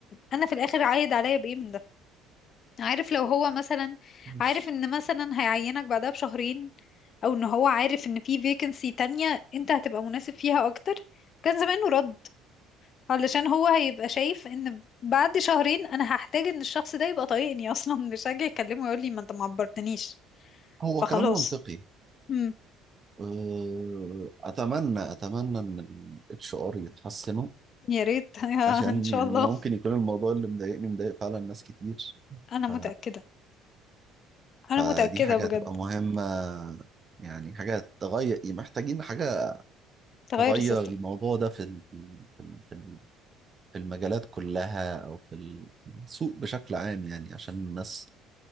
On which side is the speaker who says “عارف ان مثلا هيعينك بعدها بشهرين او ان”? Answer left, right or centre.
Left